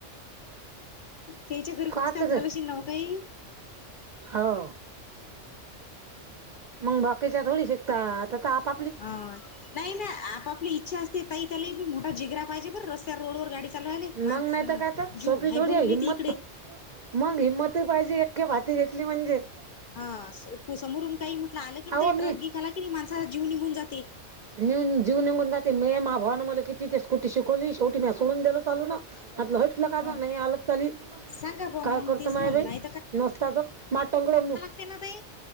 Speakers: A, on the left (about 60°); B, on the right (about 45°).
A: तेच्या घरी कुचकाच
B: काच
A: झाला
B: ग
A: <unintelligible> काही
B: हो. म बाकीच्या गाडी शेक ता आता तापा
A: हं नाही ना आपापली इच्छा ते ताई त्यालिही मोठा जिगरा पाहिजे बरं रस्त्यावर रोडवर गाडी कल्याने
B: मग
A: माणसं
B: नाही तर काय
A: अ
B: तर
A: जीव
B: सोपी
A: हाय
B: थोडी
A: भरून
B: आहे
A: ती
B: हिंमत
A: येते इकडे.
B: मग हिंमतही पाहिजे एखे भाती घेतली म्हणजे.
A: हा समोरून काही म्हटलं आलं की
B: अहो
A: नाही ट्रक
B: मी
A: बिक आला कि नाही माझा जीव निघून जाते.
B: नेऊन जीव निघून जाते मे मा भावान मला किती ते स्कूटी शिकवली शेवटी मी सोडून दिलो चालू ना. आतलं हट. कलं काझ
A: ह
B: नाही आलंत चालील
A: सांगा बुवा
B: काय
A: मग
B: करत
A: तेच
B: माय
A: ना
B: बाई
A: नाही
B: नसताच माटंगड म ''--''
A: ते ना बाई.